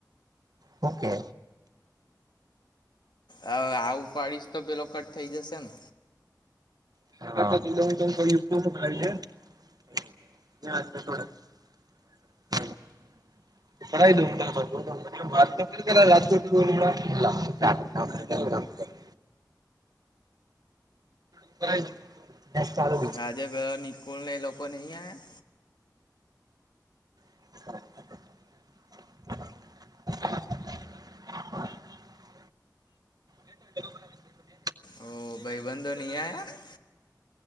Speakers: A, on the right (about 60°); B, on the left (about 85°).
A: ઓકે.
B: હવે આ ઉપાડીશ તો પેલો કટ થઈ જશે ને.
A: <unintelligible> ખાઈ છે. જા ઝખ મરાવ. <unintelligible> <unintelligible> દશ તાલુ.
B: ગાજે ગયો નઈ નકુલ ને એ લોકો નહીં આયા.
A: <inaudible> <inaudible>
B: ઓ ભાઈબંધંધો નઈ આયા.